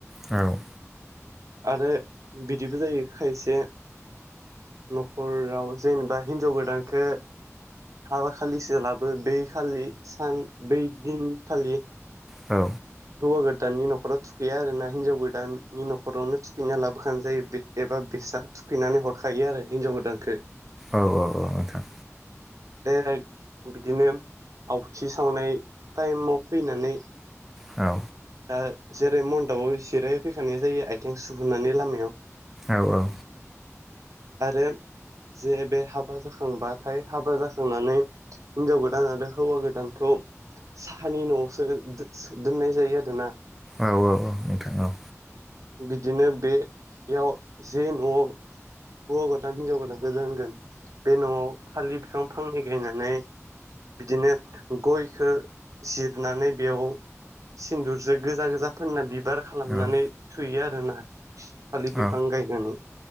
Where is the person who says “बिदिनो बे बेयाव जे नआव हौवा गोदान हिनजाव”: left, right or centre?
Right